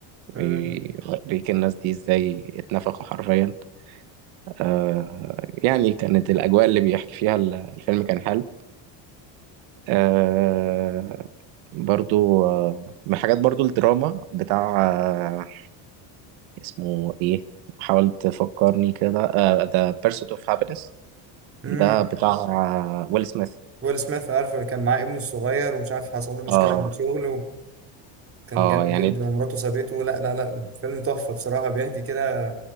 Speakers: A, on the right (about 75°); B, on the right (about 30°).
A: ويوريك
B: مم.
A: الناس دي ازاي اتنفخوا حرفيا آه، يعني كانت الأجواء اللي بيحكي فيها ال- الفيلم كان حلو آه، برضو آه، من الحاجات برضو الدراما بتاع آه، اسمه ايه حاولت تفكرني كده ذا بيرسوت اوف هابينس
B: مم.
A: ده بتاع ويل سميث
B: ويل سميث عارفه اللي كان معاه ابنه الصغير ومش عارف حصل له مشكلة
A: اه
B: في الشغل وكان
A: اه
B: جامد
A: يعني
B: جدا ومراته سابته لا لا لا فيلم تحفة بصراحة بيحكي كده